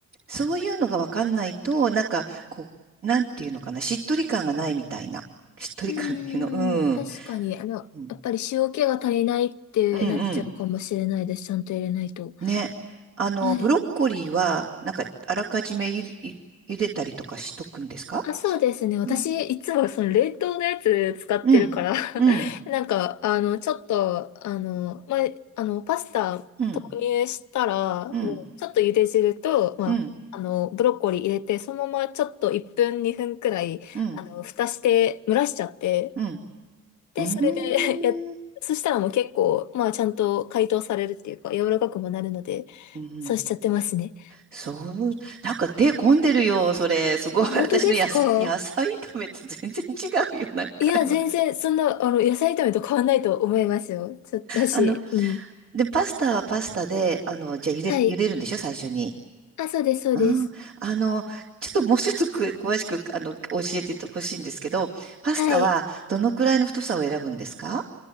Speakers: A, on the right; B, on the left.
A: そういうのがわかんないと、なんか、こう、なんていうのかな。しっとり感がないみたいな。しっとり感っていうの。
B: うーん、
A: うん。
B: 確かに、あの、
A: うん。
B: やっぱり塩気が足りないってなっちゃうかもしれないです。
A: うんう
B: ちゃんと入れないと。
A: ん。ね。あの、
B: はい。
A: ブロッコリーは、なんか、あらかじめゆ、ゆ、茹でたりとかしとくんですかそうん。
B: あ、そうですね。私、いつもその冷凍のやつ使ってるから
A: うん。うん。
B: <laughs> なんか、あの、ちょっと、あの、まあ、あの、パスタ投入したら、
A: うん、うん、
B: もう、ちょっと茹で汁と、まあ、
A: うん、
B: あの、ブロッコリー入れて、そのままちょっと1分、2分くらい、
A: うん、
B: あの、蓋して、蒸らしちゃって、
A: うん、
B: で、
A: うん、
B: それで <laughs> やっ、
A: うーん、
B: そしたらもう結構、まあ、ちゃんと解凍されるっていうか、柔らかくもなるので、
A: うん
B: そうしちゃってますね。
A: そう、なんか手込んでるよ、
B: はい
A: それ。すごい。
B: あ、
A: <laughs>
B: 本当ですか
A: 私の野菜、<laughs> 野菜炒めと全然違うよ、なんか今。
B: いや、全然、そんな、あの、野菜炒めと変わんないと思いますよ。そ、だし、
A: あの、
B: うん。
A: で、パスタはパスタで、あの、じゃあ茹で、
B: はい。
A: 茹でるんでしょ、最初に。
B: あ、そうです、そうです。
A: あー、あの、ちょっともうちょっとく詳しく、あの、教えてほしいんですけど、パスタはどのくらいの太さを選ぶんですか
B: はい。